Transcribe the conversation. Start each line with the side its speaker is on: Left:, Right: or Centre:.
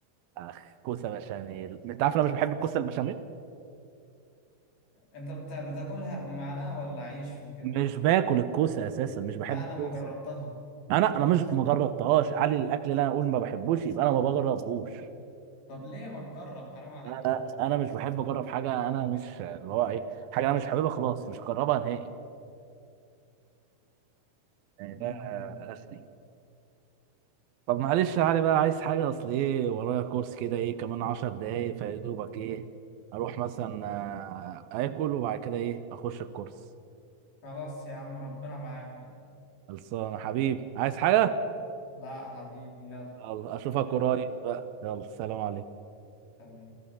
Right: اخ كوسه بشاميل انت عارف انا مش بحب الكوسه البشاميل؟
Left: أنت بتا- بتاكلها بمعلقة ولا عيش وكده
Right: مش باكل الكوسه اساسا مش بحب
Left: لا
Right: الكوسه
Left: لما جربتها
Right: انا انا مش ما جربتهاش علي الاكل اللي انا اقول ما بحبوش يبقى انا ما بجربهوش
Left: طب ليه ما تجرب حرام عليك
Right: لا لا
Left: والله
Right: انا مش بحب اجرب حاجه انا مش اللي هو ايه حاجه انا مش حاببها خلاص مش هجربها نهائي يعني
Left: مم.
Right: ده غشني طب معلش يا علي بقى عايز حاجه اصل ايه ورايا كورس كده ايه كمان عشر دقايق فيا دوبك ايه اروح مثلا آه، اكل وبعد كده ايه اخش الكورس
Left: خلاص يا عم ربنا معاك بقى
Right: خلصانه حبيبي عايز حاجه
Left: لا حبيبي يلا
Right: يلا اشوفك
Left: سلام
Right: قريب بقى يلا سلام عليكم
Left: سلام